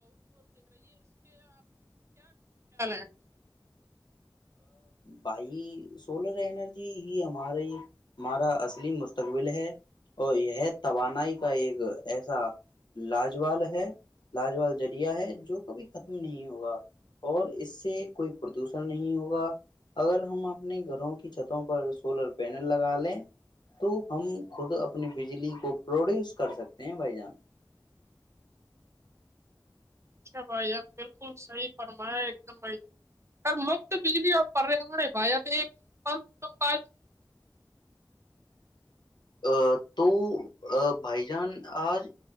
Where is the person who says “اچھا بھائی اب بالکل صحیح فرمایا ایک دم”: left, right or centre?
Right